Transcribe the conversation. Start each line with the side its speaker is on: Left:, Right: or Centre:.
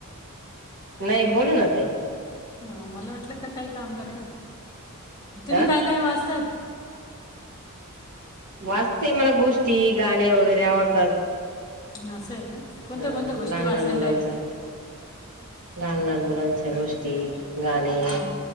Right: नाही. बोलू ना ताई
Left: हा. मला वाटलं का काही काम करताय. तुम्ही
Right: अ
Left: काय काय वाचताय?
Right: वाचते. मला गोष्टी, गाणे वगैरे आवडतात.
Left: असं आहे का? कोणत्या
Right: अ
Left: कोणत्या गोष्टी
Right: लहान
Left: वाचलेल्या
Right: लहान मुलांचे
Left: आहे?
Right: लहान लहान मुलांच्या गोष्टी, गाणे.
Left: हां